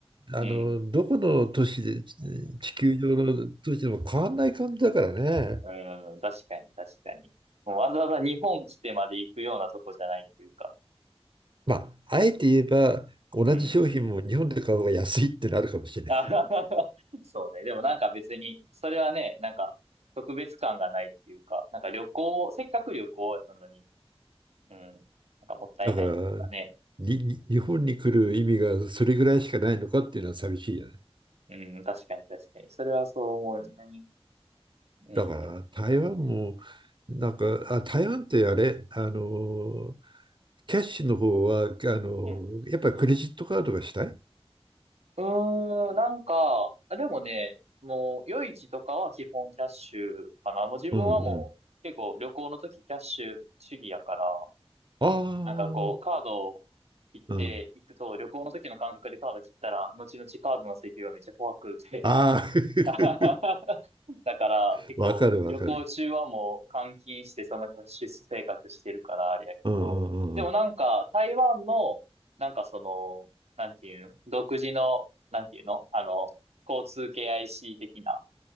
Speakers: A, on the right; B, on the right.
A: あのどこの都市で
B: <laughs>
A: 地球上の都市でも変わんない感じだからね。
B: うん、確かに、確かに。もうわざわざ日本来てまで行くようなとこじゃないっていうか。
A: まあ、あえて言えば同じ商品も日本で買う方が安いってなるかもしれない。
B: うん。あはははそうね。でもなんか別に、それはね、なんか特別感がないっていうか、なんか旅行を、せっかく旅行なのに、うん、なんかもったいないっていうかね。
A: だからにに日本に来る意味がそれぐらいしかないのかっていうのは寂しいよね。
B: うん、確かに確かに。それはそう思うね。うん。
A: だから台湾もなんかあ台湾ってあれあのキャッシュの方はあのやっぱりクレジットカードがしたい
B: うん。うーん、なんか、あでもね、もう、夜市とかは基本キャッシュかな。もう自分はもう、
A: うんうん。
B: 結構旅行の時キャッシュ主義やから、
A: ああ
B: なんかこう、カードを切っていくと、
A: うん
B: 旅行の時の感覚でカード切ったら、後々カードの請求がめっちゃ怖くて。
A: ああ
B: <laughs> だから結構旅行中はもう換金してそのキャッシュ生活してるからあれやけど、
A: <laughs> わかるわかるうんうんうん。
B: でもなんか台湾の、なんかその、なんていうの独自の、なんていうのあの、交通系 IC 的な、